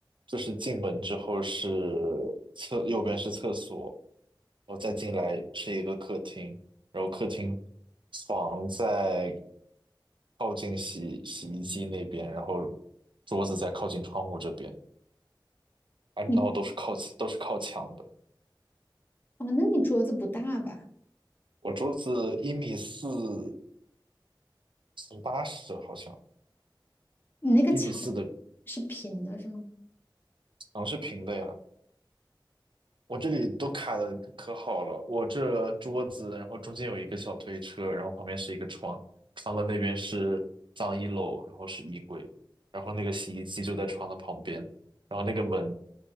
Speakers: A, on the right (about 70°); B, on the left (about 25°).
A: 就是进门之后是厕，右边是厕所，然后再进来是一个客厅，然后客厅床在靠近洗洗衣机那边，然后桌子在靠近窗户这边，啊，
B: 你
A: 然后都是靠都是靠墙的。
B: 哦，那你桌子不大吧？
A: 我桌子一米四乘八十，好像
B: 你那个墙
A: 一米四的
B: 是平的是吗？
A: 墙是平的呀，我这里都卡的可好了，我这桌子，然后中间有一个小推车，然后旁边是一个床，床的那边是脏衣篓，然后是衣柜，然后那个洗衣机就在床的旁边，然后那个门